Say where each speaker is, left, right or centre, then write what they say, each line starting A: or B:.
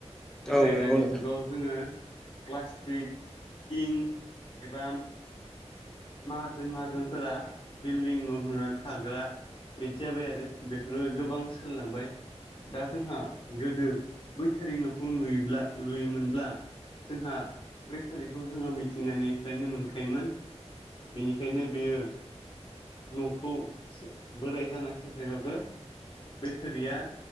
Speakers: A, in the centre; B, on the left.
A: औ
B: नाथाय
A: नंगौ
B: दानि
A: नोंथां
B: जुगाव जोङो प्लास्टिक टिं एबा माहाजोन माहाजोनफोरा बिल्डिं न' लुनानै थाग्रा। बिदि जाबाय आरो बेफोरबो गोबां सोलायलांबाय। दा जोंहा गोदो बै थोरि न'खौ नुयोब्ला लुयोमोन ब्ला जोंहा बे थोरिखौ जोङो मिथिंगानिफ्रायनो मोनखायोमोन। बिनिखायनो बेयो न'खौ बोराय जाना सेफायबाबो बे थोरिया